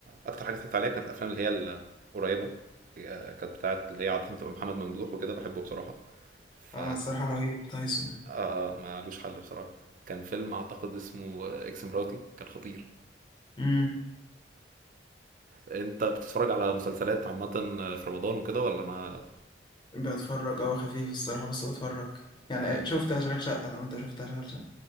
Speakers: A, on the right; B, on the left.
A: اكتر حاجه اتفرجت عليها كانت الافلام اللي هي القريبه آه، كانت بتاعه اللي هي عاده بتبقى محمد ممدوح وكده بحبه بصراحه ف
B: اه
A: اه
B: اه الصراحه رهيب تايسون
A: آه، مالوش حل بصراحه كان فيلم اعتقد اسمه اكس مراتي كان خطير
B: امم
A: انت بتتفرج على مسلسلات عامه في رمضان وكده ولا ما
B: بتفرج اه خفيف الصراحه بس بتفرج يعني
A: اه
B: شفت اشغال شقه لو انت شفت اشغال شقه